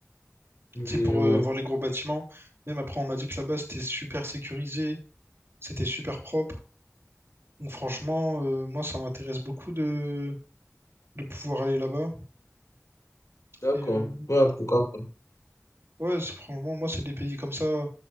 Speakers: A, on the left; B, on the right.
A: Oui,
B: tu sais, pour
A: je vois.
B: euh, voir les gros bâtiments. Même après, on m'a dit que là-bas, c'était super sécurisé, c'était super propre. Donc franchement, euh, moi, ça m'intéresse beaucoup de, de pouvoir aller là-bas.
A: D'accord.
B: Et euh,
A: Ouais, pourquoi pas.
B: ouais, c'est- franchement, moi, c'est des pays comme ça.